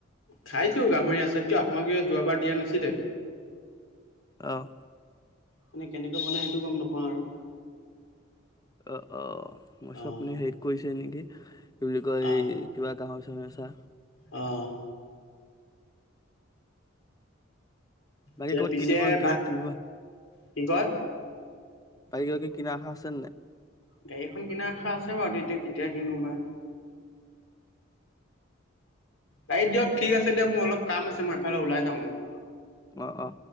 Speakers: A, on the left; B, on the left.
A: খাইছোঁ গাহৰি আছে, কিয় আপোনালোকে যোৱাবাৰ দিয়া নাছিলে।
B: আহ।
A: মানে কেনেকে বনাই সেইটো গম নাপাওঁ আৰু।
B: অ', অ',
A: অঁ
B: আপুনি হেৰিত কৰিছে নেকি? এই কি বুলি কয়,
A: অঁ
B: এই কিবা কাহৰি চামি <unintelligible> আছা
A: অঁ।
B: বাকী
A: তে
B: ক'ৰবাত
A: পিছে
B: <unintelligible> কিনিব এনেকে
A: ভা
B: কিনিবা
A: কি কয়?
B: বাৰী কক কিনে আখা আছে নাই <unintelligible>
A: গাড়ী এখন কিনাৰ আশা আছে বাৰু, এতিয়া কেতিয়া কিনো বা। বাৰু দিয়ক, ঠিক আছে দিয়ক, মোৰ অলপ কাম আছে মই এফালে ওলাই যাওঁ মানে।
B: অ', অ'।